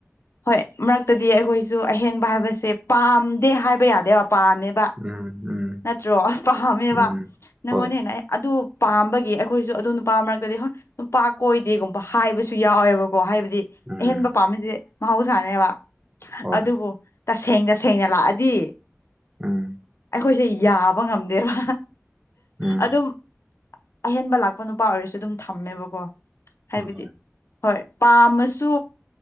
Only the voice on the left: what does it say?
ꯍꯣꯏ ꯃꯔꯛꯇꯗꯤ ꯑꯩꯈꯣꯏꯁꯨ ꯑꯍꯦꯟꯕ ꯍꯥꯏꯕꯁꯦ ꯄꯥꯝꯗꯦ ꯍꯥꯏꯕ ꯌꯥꯗꯦꯕ ꯄꯥꯝꯃꯦꯕ
ꯅꯠꯇ꯭ꯔꯣ ꯄꯥꯝꯃꯦꯕ
ꯅꯪꯉꯣꯟꯗ
ꯍꯦꯟꯅ ꯑꯩ ꯑꯗꯨ ꯄꯥꯝꯕꯒꯤ ꯑꯩꯈꯣꯏꯁꯨ ꯑꯗꯨ ꯅꯨꯄꯥ ꯃꯔꯛꯇꯗꯤ ꯍꯣꯏ ꯅꯨꯄꯥ ꯀꯣꯏꯗꯦꯒꯨꯝꯕ ꯍꯥꯏꯕꯁꯨ ꯌꯥꯎꯋꯦꯕꯀꯣ ꯍꯥꯏꯕꯗꯤ
ꯑꯍꯦꯟꯕ ꯄꯥꯝꯃꯤꯁꯦ ꯃꯍꯧꯁꯥꯅꯦꯕ
ꯑꯗꯨꯕꯨ ꯇꯁꯦꯡ ꯇꯁꯦꯡꯅ ꯂꯥꯛꯑꯗꯤ
ꯑꯩꯈꯣꯏꯁꯦ ꯌꯥꯕ ꯉꯝꯗꯦꯕ
ꯑꯗꯨꯝ ꯑꯍꯦꯟꯕ ꯂꯥꯛꯄ ꯅꯨꯄꯥ ꯑꯣꯏꯔꯁꯨ ꯑꯗꯨꯝ ꯊꯝꯃꯦꯕꯀꯣ ꯍꯥꯏꯕꯗꯤ
ꯍꯣꯏ ꯄꯥꯝꯃꯁꯨ